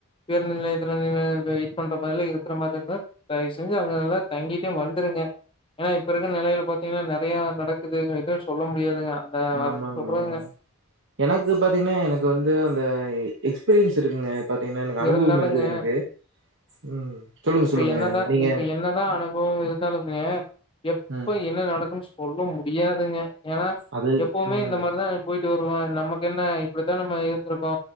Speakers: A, on the left; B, on the right.
A: பேருந்து நிலையத்துல வெயிட் பண்ற மாரி எல்லாம் இருக்கிற மாரிலா இருந்தா தயவு செஞ்சு அங்க எல்லா தங்கிட்டே வந்துருங்க ஏன்னா இப்ப இருக்கிற நெலையில பாாரத்தீங்கன்னா நெறைய நடக்குது எதுவு சொல்ல முடியாதுங்க அந்த
B: ஆமாங்க
A: அதுக்கு சொல்றாங்க
B: ம் எனக்கு பாத்தீங்கன்னா எனக்கு வந்து அந்த எ எக்ஸ்பீரியன்ஸ் இருக்குங்க பாத்தீங்கன்னா எனக்கு அனுபவம்
A: இருந்தாலுங்க
B: இருக்குது எனக்கு ம் சொல்லுங்க
A: இப்ப
B: சொல்லுங்க
A: என்னதா
B: நீங்க
A: இப்ப என்னதா அனுபவ இருந்தாலுங்க எப்ப
B: ம்
A: என்ன நடக்குனு சொ சொல்ல முடியாதுங்க ஏன்னா
B: அது
A: எப்பவுமே
B: ம்
A: இந்த மாரிதா போயிட் ருவோ நமக்கு என்ன இப்டித்தா நம்ம இருந்திருப்போ